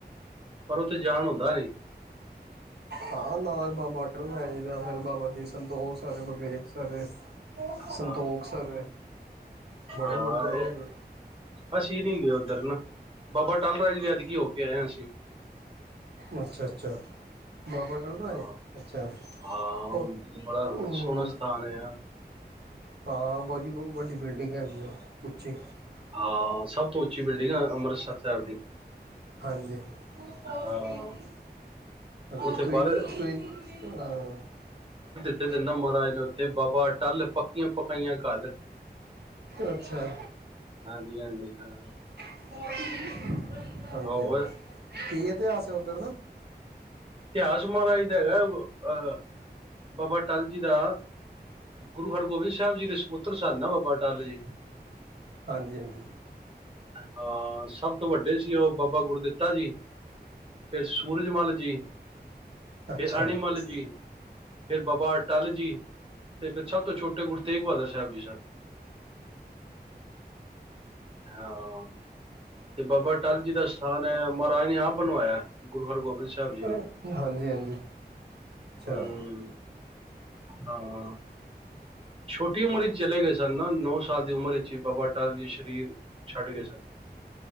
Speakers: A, on the right (about 30°); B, on the right (about 70°).
A: ਪਰ ਉੱਥੇ ਜਾਣ ਹੁੰਦਾ ਨੀ
B: ਹਾਂ ਨਾ ਬਾਬਾ ਅਟਲੈ ਜ ਦਾ ਫਿਰ ਬਾਬਾ ਦੀ ਸੰ ਸੰਤੋਖ ਸਰ ਵਿਵੇਕ ਸਰ
A: ਹਾਂ
B: ਸੰਤੋਖ ਸਰ ਬੜੇ
A: ਹਾਂ,
B: ਗੁਰਦੁਆਰੇ
A: ਇਹ
B: ਹੈਗੇ
A: ਅਸੀਂ ਨੀ ਗਏ ਉੱਧਰ ਨਾ ਬਾਬਾ ਟਾਲ ਰਾਜ ਵੀ ਐਤਕੀ ਹੋ ਕੇ ਆਏ ਹਾਂ ਅਸੀਂ
B: ਅੱਛਾ ਅੱਛਾ। ਬਾਬਾ ਅਟਲ ਰਾਏ
A: ਹਾਂ
B: ਅੱਛਾ
A: ਹਾਂ,
B: ਉਹ
A: ਬੜਾ
B: ਹਮ
A: ਸੋਹਣਾ ਸਥਾਨ ਹੈ ਆ।
B: ਹਾਂ ਬੜੀ ਵੱਡੀ ਬਿਲਡਿੰਗ ਹੈਗੀ ਉਹ ਉੱਚੀ
A: ਹਾਂ, ਸਭ ਤੋਂ ਉੱ ਚੀ ਬਿਲਡਿੰਗ ਅਮ ਸਰ ਦੀ
B: ਹਾਂਜੀ ਤੁਸੀਂ
A: ਹਾਂ
B: ਨਾ
A: ਉੱਥੇ ਵਰ
B: ਤੁਸੀਂ
A: <unintelligible> ਮਹਾਰਾਜ ਨੇ ਉੱਥੇ ਬਾਬਾ ਅਟੱਲ ਪੱਕੀਆਂ ਪਕਾਈਆਂ ਕੱਲ
B: ਅੱਛਾ
A: ਹਾਂਜੀ ਹਾਂਜੀ ਹਾਂ।
B: <unintelligible> ਹਾਂਜੀ, ਹਾਂਜੀ
A: ਹੋਰ
B: ਠੀਕ ਹੈ। ਕੀ ਇਤਹਾਸ ਐ ਉੱਧਰ ਦਾ?
A: ਇਤਿਹਾਸ ਮਹਾਰਾਜ ਦਾ ਹੈਗਾ ਅਹ ਬਾਬਾ ਟੱਲ ਜੀ ਦਾ ਗੁਰੂ ਹਰਗੋਬਿੰਦ ਸਾਹਿਬ ਜੀ ਦੇ ਸਪੁੱਤਰ ਸਨ ਨਾ ਬਾਬਾ ਅਟਲ ਜੀ।
B: ਹਾਂਜੀ ਹਾਂਜੀ,
A: ਹਾਂ, ਸਭ ਤੋਂ ਵੱਡੇ ਸੀ ਉਹ ਬਾਬਾ ਗੁਰਦਿੱਤਾ ਜੀ ਫਿਰ ਸੂਰਜਮੱਲ ਜੀ।
B: ਅੱਛਾ
A: ਫੇਰ ਅਣੀਮਲ ਜੀ ਫੇਰ ਬਾਬਾ ਅਟੱਲ ਜੀ। ਜੀ ਤੇ ਫਿਰ ਸਭ ਤੋਂ ਛੋਟੇ ਗੁਰੂ ਤੇਗ ਬਹਾਦਰ ਸਾਹਿਬ ਜੀ ਸਨ। ਹਾਂ, ਤੇ ਬਾਬਾ ਅਟੱਲ ਜੀ ਦਾ ਸਥਾਨ ਐ ਰਾਜ ਨੇ ਆਪ ਬਣਵਾਇਆ ਗੁਰੂ ਹਰਗੋਬਿੰਦ ਸਾਹਿਬ ਜੀ
B: ਹਾਂਜੀ
A: ਨੇ
B: ਹਾਂਜੀ ਅੱਛਾ
A: ਹੂੰ ਹਾਂ। ਛੋਟੀ ਉਮਰ ਵਿੱਚ ਚਲੇ ਗਏ ਸਨ ਨਾ ਨੌ ਸਾਲ ਦੀ ਉਮਰ ਵਿੱਚ ਹੀ ਬਾਬਾ ਅਟੱਲ ਜੀ ਸਰੀਰ ਛੱਡ ਗਏ ਸਨ।